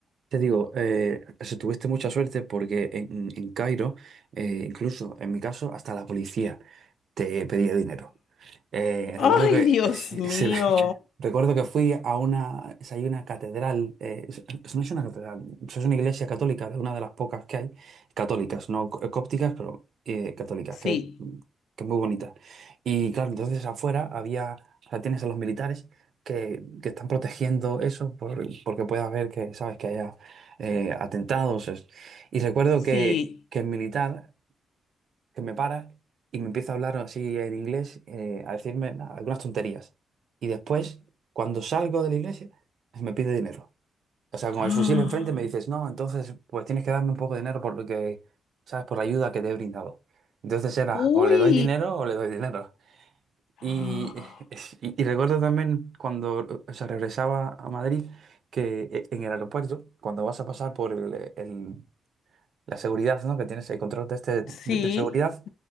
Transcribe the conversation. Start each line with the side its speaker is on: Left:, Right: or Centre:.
Right: te digo, eh, eso, tuviste mucha suerte porque en, en Cairo, eh, incluso en mi caso, hasta la policía te pedía dinero. Eh, recuerdo
Left: Ay,
Right: que
Left: Dios
Right: ese-
Left: mío.
Right: <laughs> recuerdo que fui a una, es- hay una catedral, eh, es- es- no es una catedral, es una iglesia católica de una de las pocas que hay, católicas, no co- cópticas, pero eh, católicas,
Left: Sí,
Right: que, que es muy bonita. Y claro, entonces afuera había, o sea, tienes a los militares que, que están protegiendo eso por- porque puede haber que, sabes, que haya eh, atentados. es- Y recuerdo
Left: sí.
Right: que, que el militar que me para y me empieza a hablar así en inglés, eh, a decirme nada, algunas tonterías. Y después, cuando salgo de la iglesia, me pide dinero.
Left: <gasps>
Right: O sea, con
Left: ¡Ah!
Right: el fusil enfrente me dices, no, entonces pues tienes que darme un poco de dinero por lo que, ¿sabes? Por la ayuda que te he brindado. Entonces era,
Left: Uy.
Right: o le doy dinero o le doy dinero.
Left: ¡Ah!
Right: Y, <laughs> y, y recuerdo también cuando, o sea, regresaba a Madrid, que eh, en el aeropuerto, cuando vas a pasar por el, el- la seguridad, ¿no? Que tienes el control de, este, de,
Left: Sí.
Right: de seguridad,